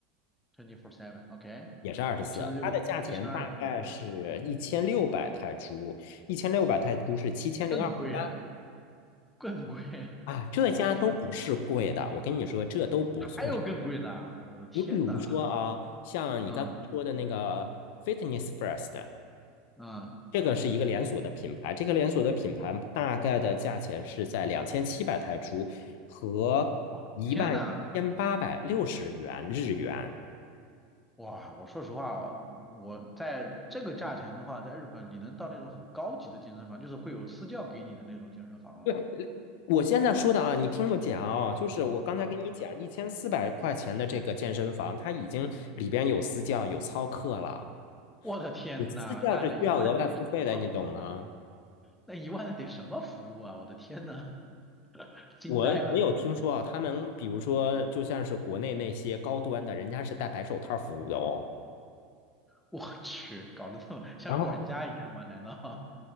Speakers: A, in the centre; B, on the left.
A: ，twenty four seven，OK，
B: 也是二十四，
A: 其实就就乘二十四嘛，
B: 它的价钱大概是一千六百泰铢，
A: 对，
B: 一千六百泰铢是七千零二十八
A: 更贵啊，更贵，<laughs>
B: 啊，这家都不是贵的，
A: 我的天呐！
B: 我跟你说，这都不算是。
A: 还有更贵的啊，我的天呐，
B: 你比如说啊，像你刚才说的那个
A: 嗯
B: Fitness First，
A: 嗯，
B: 这个是一个连锁的品牌，这个连锁的品牌大概的价钱是在两千七百泰铢和一万一千八百六十元日元。
A: 我天呐，哇，我说实话，我在这个价钱的话，在日本你能到那种很高级的健身房，就是会有私教给你的那种健身房了。
B: 对，我现在说的啊，你听我讲啊，就是我刚才跟你讲，
A: 嗯嗯，
B: 一千四百块钱的这个健身房，它已经里边有私教，有操课了。
A: 我的天呐，
B: 你私教是需要额外付费的，
A: 那这一万的得是什么服务啊？
B: 你懂吗？
A: 那一万的得什么服务啊？我的天呐，<laughs> 惊呆了，
B: 我我有听说啊，他们比如说，就像是国内那些高端的，人家是戴白手套服务的哦。
A: 我去，搞得这么像管家一样吗？
B: 然后
A: 难道